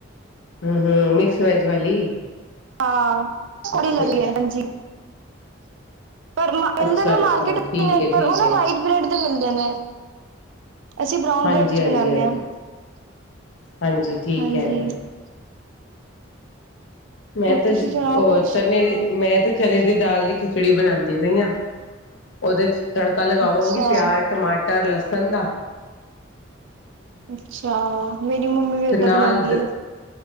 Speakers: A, on the left; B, on the right.
A: ਹਮ, ਹਮ ਮਿਕਸ ਵੈਜ ਵਾਲੀ।
B: ਹਾਂ ਕੋੜੀ
A: ਅੱਛਾ,
B: ਲਾਗ
A: ਅੱਛਾ,
B: ਰੀ ਹੈ ਹਾਂਜੀ। ਪਰ ਮਿਲਦੇ
A: ਅੱਛਾ,
B: ਤਾਂ
A: ਅੱਛਾ
B: ਮਾਰਕੀਟ
A: ਠੀਕ ਹੈ,
B: ਪਰ
A: ਠੀਕ
B: ਉਹ ਨਾ
A: ਹੈ
B: ਵਾਇਟ ਬ੍ਰਡ ਦੇ ਮਿਲਦੇ ਨੇ। ਅਸੀਂ ਬਰਾਉਨ
A: ਹਾਂਜੀ,
B: ਬ੍ਰੈਡ ਚ
A: ਹਾਂਜੀ,
B: ਬਣਾਦੇ
A: ਹਾਂਜੀ,
B: ਹਾਂ
A: ਹਾਂਜੀ ਠੀਕ
B: ਹਾਂਜੀ।
A: ਕਹਿ ਰਹੇ ਹੋ ਮੈਂ
B: ਹੋਰ
A: ਤਾਂ
B: ਤੁਸੀਂ ਸੁਣਾਓ
A: ਓਹ
B: ਕੁਛ
A: ਚਨੇ ਦੀ ਮੈਂ ਤੇ ਚਣੇ ਦੀ ਦਾਲ ਦੀ ਖਿਚੜੀ ਬਣਾਦੀ ਪਈ ਆ। ਉਹਦੇ 'ਚ' ਤੜਕਾ ਲਗਾਵਾਂਗੀ
B: ਅੱਛਾ
A: ਪਿਆਜ਼ ਟਮਾਟਰ ਲਸਣ ਦਾ।
B: ਅੱਛਾ। ਮੇਰੀ ਮੰਮੀ ਵੀ
A: ਤੇ
B: ਓਦਾਂ
A: ਨਾਲ
B: ਬਣਾਉਂਦੀ
A: ਦ
B: ਹੈ